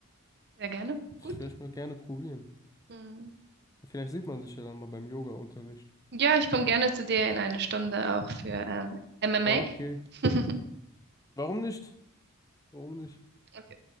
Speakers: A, on the right; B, on the left.
A: Sehr gerne.
B: Ich
A: Gut.
B: vielleicht mal gerne probieren.
A: Mm.
B: Vielleicht sieht man sich ja dann mal beim Yoga-Unterricht.
A: Ja, ich komme gerne zu dir in einer Stunde auch für ähm, M M
B: Okay.
A: A. <laughs>
B: Warum nicht? Warum nicht?
A: Okay.